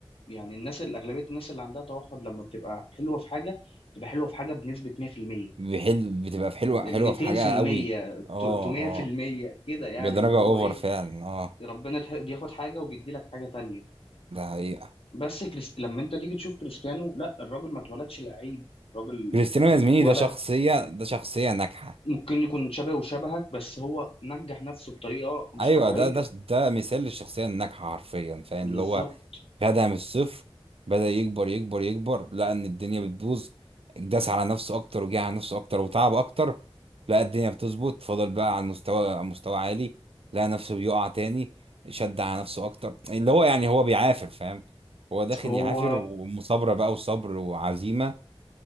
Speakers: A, on the left; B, on the right.
A: يعني الناس اللي اغلبيه الناس اللي عندها توحد لما بتبقى حلوه في حاجه بتبقى حلوه في حاجه بنسبه 100%
B: بحل بتبقى في حلوة حلوة
A: 200%
B: في حاجة قوي اه
A: 300%
B: اه
A: كده يعني
B: بدرجة
A: اللي هو
B: اوفر
A: ايه
B: فعلا اه
A: ربنا تح- بياخد حاجه وبيدي لك حاجه تانية
B: ده حقيقة
A: بس كريست... لما انت تيجي تشوف كريستيانو لا الراجل ما اتولدش لعيب الراجل
B: كريستيانو
A: يعني
B: يا زميلي
A: اتولد
B: ده شخصية ده شخصية ناجحة
A: ممكن يكون شبهه وشبهك بس هو نجح نفسه بطريقة مش
B: ايوه
A: طبيعية
B: ده ده ده مثال للشخصية الناجحة حرفيا فاهم
A: بالظبط
B: اللي هو خدها من الصفر بدأ يكبر يكبر يكبر لقى ان الدنيا بتبوظ داس على نفسه اكتر وجه على نفسه اكتر وتعب اكتر لقى الدنيا بتظبط فضل بقى على المستوى على مستوى عالي لقى نفسه بيقع تاني شد على نفسه اكتر اللي هو يعني هو بيعافر فاهم هو داخل
A: هو
B: يعافر ومثابرة بقى وصبر وعزيمة